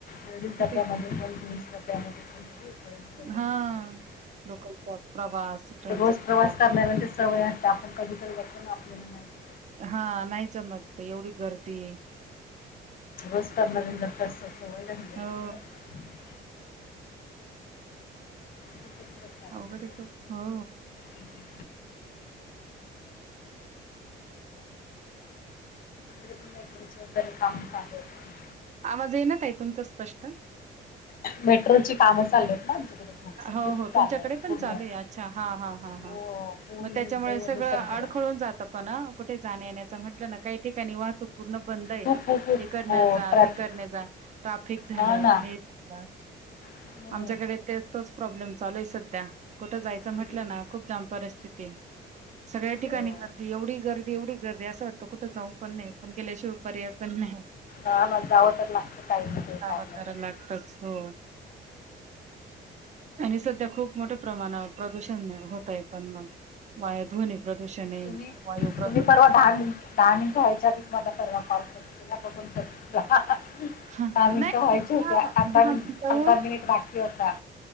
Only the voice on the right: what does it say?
किती
गर्दी
हा
लोकलचा प्रवास ट्रेनचा
प्रवास
हा नाही जमत ते एवढी गर्दी
हो.
अवघड हाय की ओ, हो.
आवाज येईना ताई तुमचा स्पष्ट.
हो हो
तुमच्याकडे
पण
चालू ये अच्छा, हा हा हा हा
मग त्याच्यामुळे
सगळं
आडखळून जात पण कुठे जाण्या येण्याच म्हटलं ना काही ठिकाणी वाहतूक पूर्ण बंद ये
ईकडन
जा,
तिकडन जा ट्राफिक झालं,
हे झालं,
आमच्याकडे ते तोच प्रॉब्लेम चालू आहे सध्या, कुठं जायचं
म्हटलं ना खूप जाम परिस्थिती सगळ्या ठिकाणी
गर्दी एवढी गर्दी एवढी गर्दी असं वाटतं कुठ जाऊ पण नये पण गेल्या शिव पर्याय पण नाही,
काम
करायला लागतच हो. आणि सध्या खूप मोठ्या प्रमाणावर प्रदूषण होतय पण वाया ध्वनी प्रदूषणे,
वायु प्रदूषण
हा
नाही
दहा
दहा
मिनिटं होऊन